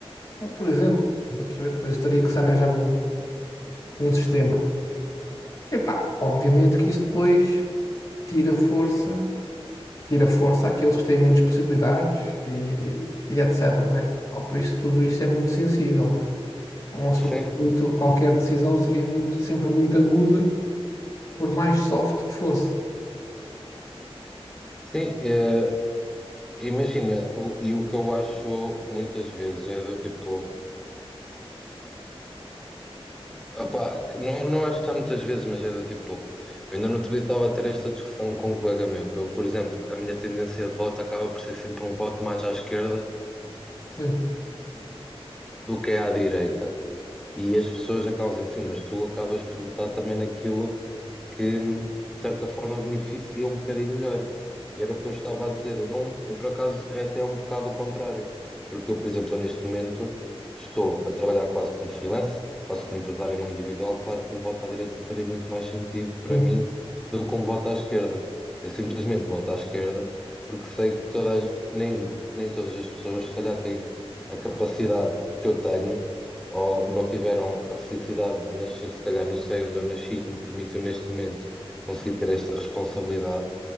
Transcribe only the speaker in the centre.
Sim,
sim, eh, imagina, o- e o que eu acho muitas vezes é do tipo. Opá, não, não acho que há muitas vezes, mas é do tipo, pô, eu ainda no outro dia estava a ter esta discussão com um colega meu. Eu, por exemplo, a minha tendência de voto acaba por ser sempre um voto mais à esquerda
do que é à direita. E as pessoas acabam dizendo assim, mas tu acabas por votar também naquilo que, de certa forma, beneficia um bocadinho melhor. E era o que eu estava a dizer. Eu, não, eu por acaso, é até um bocado o contrário. Porque eu, por exemplo, neste momento, estou a trabalhar quase como freelance, quase como empresário em nome individual. Claro que um voto à direita faria muito mais sentido para
mim do que um voto à esquerda. Eu simplesmente voto à esquerda porque sei que todas, nem, nem todas as pessoas, se calhar, têm a capacidade que eu tenho ou não tiveram a felicidade de nascer, se calhar, não sei onde eu nasci, que me permitiu neste momento conseguir ter esta responsabilidade